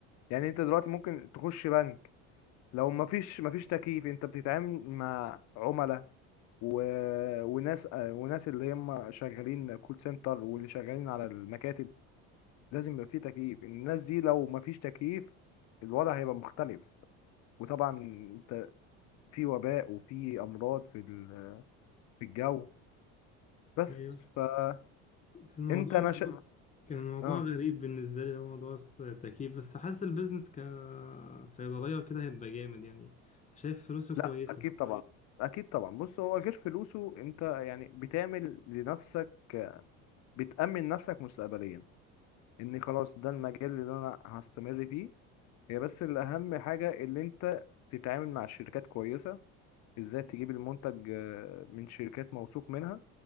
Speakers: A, on the left; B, on the left.
A: يعني انت دلوقتي ممكن تخش بنك لو مفيش مفيش تكييف انت بتتعامل مع عملاء و... وناس آه، وناس اللي هم شغالين كول سنتر واللي شغالين على المكاتب لازم يبقى فيه تكييف الناس دي لو مفيش تكييف الوضع هيبقى مختلف وطبعا انت في وباء وفي امراض في ال... في الجو بس
B: ايوه
A: فانت
B: بس الموضوع
A: انا
B: برضه
A: ش...
B: كان الموضوع
A: اه
B: غريب بالنسبه لي هو موضوع الس- التكييف بس حاسس البيزنس كصيدليه وكده هيبقى جامد يعني شايف فلوسه كويسه
A: شايف لا اكيد طبعا كويسة اكيد طبعا بص هو غير فلوسه انت يعني بتعمل لنفسك بتأمن نفسك مستقبليا اني خلاص ده المجال اللي انا هستمر فيه هي بس الاهم حاجة اللي انت تتعامل مع شركات كويسة ازاي تجيب المنتج آه، من شركات موثوق منها